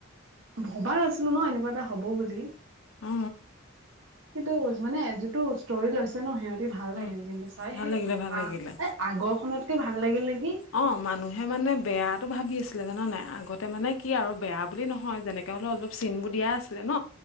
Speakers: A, on the right; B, on the left.
A: ভবা নাছিলো ন এনেকুৱা এটা হ'ব বুলি।
B: অ।
A: সেইটো মানে যিটো ষ্টৰি লৈছে ন সিহঁতি ভাল
B: উম
A: লাগিল কিন্তু চাই।
B: ভাল
A: সেই
B: লাগিলে ভাল লাগিলে
A: আ এ আগৰখনত ভাল লাগিল নেকি?
B: অ মানুহে মানে বেয়াটো ভাবি আছিলে জান নাই। আগতে মানে কি আৰু বেয়া বুলি নহয় যেনেকে নহলেও অলপ চিন বোৰ দিয়া আছিল ন।